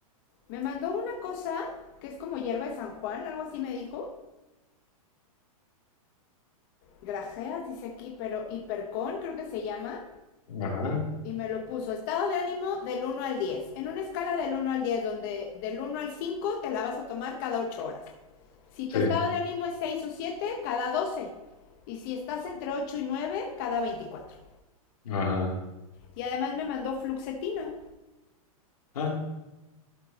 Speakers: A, on the left; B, on the left.
A: Me mandó una cosa que es como hierba de San Juan, algo así me dijo. Grajeas, dice aquí, pero hipercón creo que se llama.
B: Ajá,
A: Y me lo puso, estado de ánimo del uno al 10, en una escala del uno al 10, donde del uno al 5 te la vas a tomar cada 8 horas. Si
B: sí,
A: tu estado de ánimo es 6 o 7, cada doce Y si estás entre 8 y 9, cada 24.
B: ajá.
A: Y además me mandó fluxetina.
B: Ah,